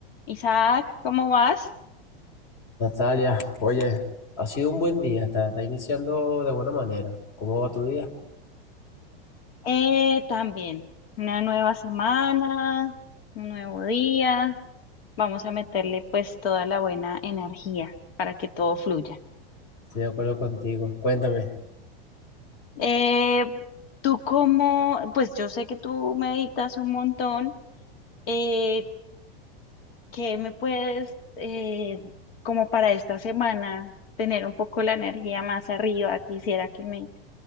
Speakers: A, on the left; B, on the left.
A: Isaac, ¿cómo vas?
B: Natalia, oye, ha sido un buen día, está, está iniciando de buena manera. ¿Cómo va tu día?
A: Eh, también, una nueva semana, un nuevo día. Vamos a meterle pues toda la buena energía para que todo fluya.
B: Estoy de acuerdo contigo. Cuéntame.
A: Eh, tú cómo, pues yo sé que tú meditas un montón. Eh, ¿qué me puedes, eh, como para esta semana, tener un poco la energía más arriba? Quisiera que me,